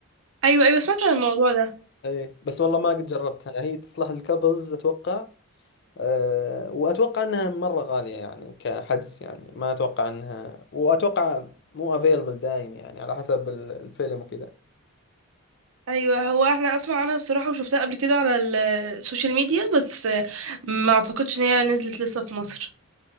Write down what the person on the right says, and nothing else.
ايوه ايوه سمعت عن الموضوع ده
ايوه هو احنا اسمع عنها الصراحه وشفتها قبل كده على ال- السوشيال ميديا بس آه، ما اعتقدش ان هي نزلت لسه في مصر